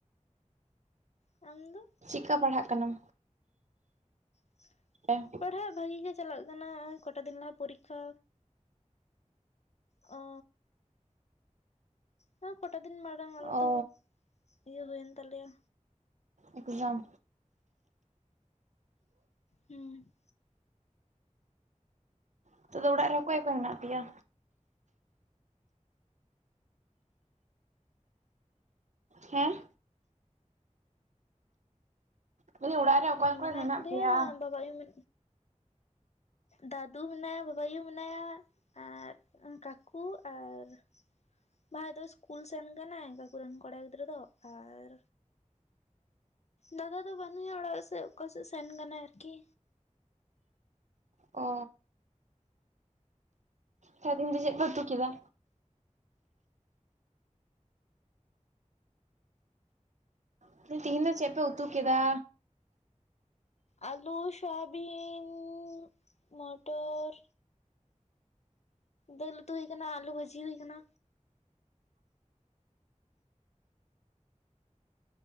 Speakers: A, on the left (about 60°); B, on the right (about 65°).
A: ᱟᱢ ᱫᱚ?
B: ᱠᱟ ᱯᱟᱲᱦᱟᱜ ᱠᱟᱱᱟᱢ?
A: <inaudible>
B: <unintelligible>
A: ᱯᱟᱲᱦᱟᱜ ᱵᱷᱟᱜᱤ ᱜᱮ ᱪᱟᱞᱟᱜ ᱠᱟᱱᱟ ᱦᱚᱜ-ᱚᱭ ᱠᱚᱴᱟ ᱫᱤᱱ ᱞᱟᱦᱟ ᱯᱚᱨᱤᱠᱷᱟ᱾ ᱚ᱾ ᱦᱮᱸ ᱠᱚᱴᱟ ᱫᱤᱱ ᱢᱟᱲᱟᱝ ᱟᱞᱮ
B: ᱚ
A: ᱫᱚ ᱤᱭᱟᱹ ᱦᱩᱭᱮᱱ ᱛᱟᱞᱮᱭᱟ᱾
B: ᱮᱠᱡᱟᱢ᱾
A: ᱦᱩᱸ᱾
B: ᱱᱤᱛᱳᱜ ᱫᱚ ᱚᱲᱟᱜ ᱨᱮ ᱚᱠᱚᱭ ᱚᱠᱚᱭ ᱢᱮᱱᱟᱜ ᱯᱮᱭᱟ? ᱦᱮᱸ? ᱢᱮᱱᱫᱟᱹᱧ ᱚᱲᱟᱜ ᱨᱮ ᱚᱠᱚᱭ ᱚᱠᱚᱭ
A: ᱢᱮᱱᱟᱜ ᱞᱮᱭᱟ
B: ᱯᱮᱭᱟ
A: ᱵᱟᱵᱟ ᱟᱭᱩ ᱢᱮ ᱫᱟᱫᱩ ᱢᱮᱱᱟᱭᱟ ᱵᱟᱵ ᱟᱭᱩ ᱢᱮᱱᱟᱭᱟ ᱟᱨ ᱠᱟᱠᱩ ᱟᱨ ᱵᱟᱦᱟᱭ ᱫᱚ ᱥᱤᱥᱠᱩᱞ ᱥᱮᱱ ᱠᱟᱱᱟᱭ ᱠᱟᱠᱩᱨᱮᱱ ᱠᱚᱲᱟ ᱜᱤᱫᱽᱨᱟᱹ ᱫᱚ ᱟᱨ ᱫᱟᱫᱟ ᱫᱚ ᱵᱟᱹᱱᱭ-ᱟ ᱚᱲᱟᱜ ᱥᱮᱜ ᱚᱠᱟᱥᱮᱫ ᱥᱮᱱ ᱠᱟᱱᱟᱭ ᱟᱨᱠᱤ᱾
B: ᱚᱻ ᱥᱮᱫᱤᱱ ᱫᱚ ᱪᱮᱫ ᱯᱮ ᱩᱛᱩ ᱠᱮᱫᱟ? <unintelligible> ᱛᱦᱧ ᱫᱚ ᱪᱯᱜ ᱯᱮ ᱩᱛᱩ ᱠᱮᱫᱟ?
A: ᱟᱞᱩ, ᱥᱳᱭᱟᱵᱤᱱ, ᱢᱚᱴᱚᱨ ᱫᱟᱹᱞ ᱩᱛᱩ ᱦᱩᱭ ᱟᱠᱟᱱᱟ, ᱟᱞᱩ ᱵᱷᱟᱹᱡᱦᱩᱭ ᱟᱠᱟᱱᱟ‍᱾